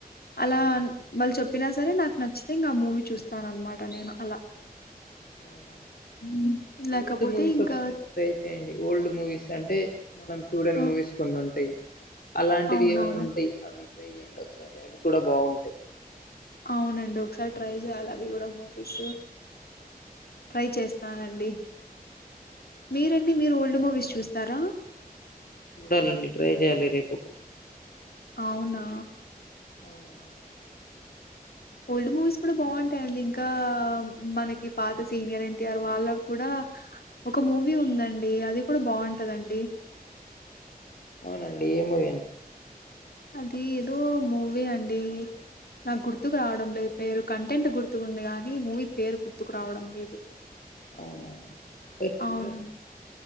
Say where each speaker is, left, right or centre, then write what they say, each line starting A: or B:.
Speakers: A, on the left; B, on the left.
A: అలా
B: ఆ అండి
A: మళ్ళీ చెప్పినా సరే నాకు నచ్చితేంగా ఆ మూవీ చూస్తాన అన్నమాట నేను అలా
B: అవునా
A: హ్మ్. లేకపోతే
B: ఓల్డ్ మూవీస్
A: ఇంకా
B: ఒకసారి ట్రై చేయండి ఓల్డ్ మూవీస్ అంటే మనం చూడడి
A: ఆ!
B: మూవీస్ కొన్ని ఉంటాయి అలాంటివి
A: అవునవును.
B: ఏవన్నా ఉంటాయి అవి చేయండి ఒకసారి చేడి ఒకసారి అవి కూడా బాగుంటాయి
A: అవునండి ఒకసారి ట్రై చేయాలి అవి కూడా మూవీస్ ట్రై చేస్తానండి మీరండి మీరు ఓల్డ్ మూవీస్ చూస్తారా
B: చూడాలండి ట్రై చేయాలి రేపు ఒకటి
A: అవునా
B: అవునండి
A: ఓల్డ్ మూవీస్ కూడా బాగుంటాయండి ఇంకా మనకి పాత సీనియర్ ఎన్టీఆర్ వాళ్ళకు కూడా ఒక మూవీ ఉందండి అది కూడా బాగుంటుందండి
B: అవునండి ఏ మూవీ
A: అది ఏదో మూవీ అండి నాకు గుర్తుకు రావడం లేదు పేరు కంటెంట్ గుర్తుకు ఉంది కానీ మూవీ పేరు గుర్తుకు రావడం లేదు
B: అవునవును సరి చూడండి
A: అవును